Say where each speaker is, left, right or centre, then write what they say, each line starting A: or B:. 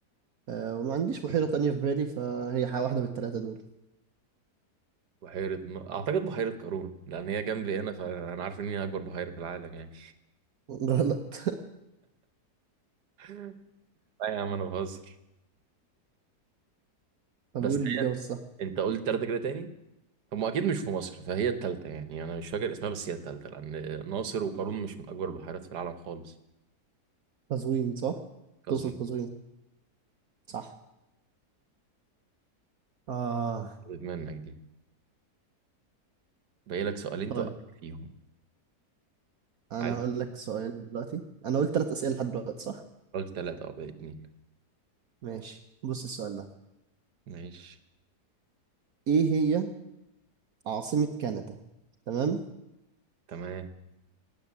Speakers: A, on the right; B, on the right.
A: أه وما عنديش بحيرة تانية في بالي فهي ح- واحدة من التلاتة دول
B: بحيرة م... أعتقد بحيرة قارون لأن هي جنبي هنا فأنا عارف إن هي أكبر بحيرة في العالم يعني
A: <laughs> غلط
B: <laughs> لا يا عم أنا بهزر
A: طب
B: بس
A: قول الإجابة
B: هي
A: الصح
B: أنت قلت تلاتة كده تاني هم أكيد مش في مصر فهي التالتة يعني أنا مش فاكر اسمها بس هي التالتة لأن ناصر وقارون مش من أكبر البحيرات في العالم خالص
A: قزوين صح؟
B: كظن
A: تقصد قزوين صح آه
B: منك دي باقي لك سؤالين
A: طيب
B: توقعك فيهم
A: أنا
B: عارف
A: هقول لك سؤال دلوقتي أنا قلت تلات أسئلة لحد دلوقتي صح؟
B: قلت تلاتة أو باقي اتنين
A: ماشي بص السؤال ده
B: ماشي
A: إيه هي عاصمة كندا تمام
B: تمام